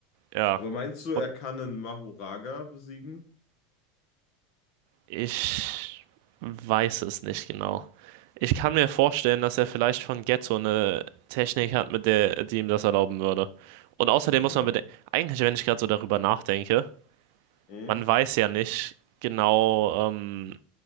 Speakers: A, on the right; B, on the left.
A: Ja.
B: Aber meinst du,
A: Und
B: er kann einen Mahoraga besiegen?
A: Ich weiß es nicht genau. Ich kann mir vorstellen, dass er vielleicht von Getzo eine Technik hat, mit der, die ihm das erlauben würde. Und außerdem
B: Ja.
A: muss man bedenken, eigentlich, wenn ich gerade so darüber nachdenke,
B: Mhm.
A: man weiß ja nicht genau, ähm,